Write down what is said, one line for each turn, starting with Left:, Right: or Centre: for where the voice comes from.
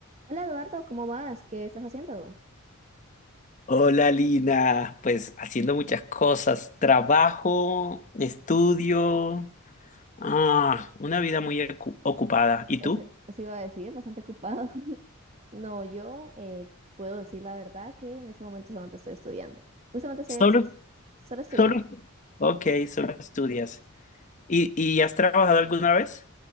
Right: Hola Eduardo, ¿cómo vas? ¿Qué estás haciendo?
Left: Hola Lina, pues haciendo muchas cosas, trabajo, estudio, ah, una vida muy ocu- ocupada. ¿Y
Right: Eso,
Left: tú?
Right: eso iba a decir, bastante ocupado. <laughs> No, yo eh, puedo decir la verdad que en ese momento solamente estoy estudiando. Justamente estoy
Left: Solo,
Right: ex- solo estudiando.
Left: solo. Ok, solo estudias. ¿Y, y has trabajado alguna vez?